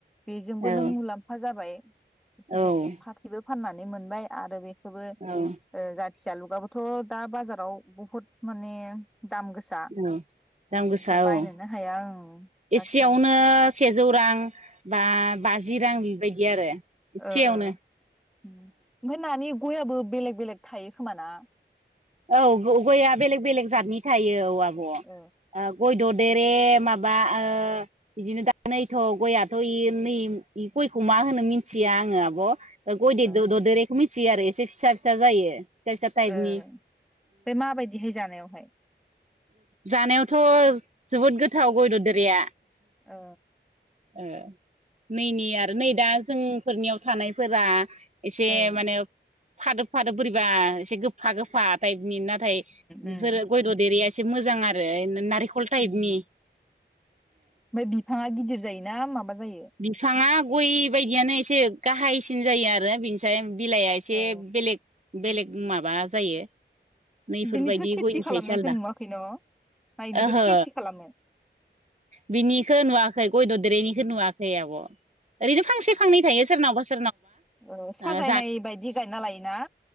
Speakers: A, in the centre; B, on the right (about 40°).
A: बेजोंबो
B: औ
A: नों मुलाम्फा जाबाय बेफोरबायदि
B: औ
A: फाथैबो फाननानै मोनबाय आरो बे खौबो
B: औ
A: खाथियालुगाबोथ' दा बाजाराव बुहुद माने दाम गोसा
B: औ दाम गोसा
A: बेखौ बायनोनो
B: औ
A: ओं जाथि
B: एसेयावनो
A: जालु
B: सेजौ रां बा बाजि रां बिबायदि आरो एसेयावनो
A: ओ ओ ओमफ्राय नानि गयाबो बेलेग बेलेग थायो खोमा ना
B: औ गयआ बेलेग बेलेग जातनि थायो औ आब' गय
A: औ
B: ओ ददेरे माबा बा ओ बिदिनो नैथ' गययाथ' नै गयखौ मा होनो मिथिया आङो दद
A: ओ
B: ददेरेखौ मिथि मिथियो आरो एसे फिसा फिसा जायो फिसा फिसा ताईबनि
A: ओ बे माबायदिहाय जानायावहाय
B: जानायावथ' जोबोद गोथाव गय ददेरेया
A: अ
B: ओ नैनि आरो नै दा जों फोरनियाव थानायफोरा एसे
A: ओ उम
B: माने फादोब फादोब बोरैबा एसे गोफा गोफा थाय बिनि नाथाय
A: उम
B: बिफोरो गय द'देरे या‌ एसे एसे मोजां आरो नार खलटाइबनि
A: उम ओमफ्राय बिफाङा गिदिर जायोना माबा जायो
B: बिफाङा गय बायदियानो एसे गाहायसिन जायो आरो बेनिसाय बिलाइआ एसे
A: ओ
B: बेलेग बेलेग माबा जायो नैफोरबायदि
A: बिनिथ' खेथि
B: गयनिसाय
A: खालामनायखौ
B: एसे आलदा
A: नुवाखै न नोबो
B: ओहो
A: खेथि खालामो
B: बिनिखौ नुवाखै गय ददेरेनिखौ नुयाखै खै आब' ओरैनो फांसे फांनै थायो सोरनावबा सोरनावबा
A: औ साजायनाय
B: ओ
A: बायदि गायना लायोना